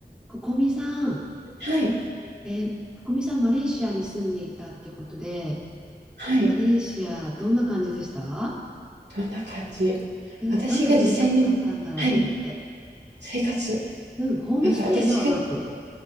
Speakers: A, in the centre; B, on the right (about 85°).
A: ここみさん、
B: はい、
A: えーここみさん、マレーシアに住んでいたっていうことで、
B: はい。
A: マレーシア、どんな感じでした
B: どんな感じ。
A: うんどんな生活だったんだろうと思って。
B: 私が実際にはい、生活、
A: うん、ホームステイではなく、
B: なんか私が